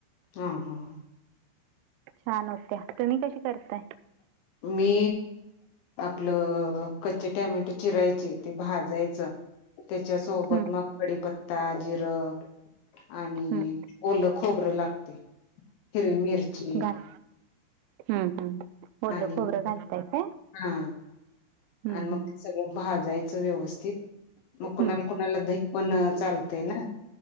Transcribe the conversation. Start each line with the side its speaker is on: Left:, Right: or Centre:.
Left: हा. हा. हा.
Right: छान होत्या, तुम्ही कशी? करताय
Left: मी आपलं कच्चे टॅमेटो चिरायची ते भाजायचं, त्याच्या सोबत
Right: हम्म,
Left: मग कडीपत्ता जिरं आणि
Right: हम्म.
Left: ओलं खोबरं लागतय, हिरवी मिरची
Right: घाल हम्म, हम्म. ओलं
Left: आणि
Right: खोबरं
Left: मग,
Right: घालताय काय
Left: हा.
Right: हम्म,
Left: आणि
Right: हम्म.
Left: मग, सगळं भाजायच व्यवस्थित, मग कुणाला,
Right: हम्म.
Left: कुणाला दही पण चालतय ना.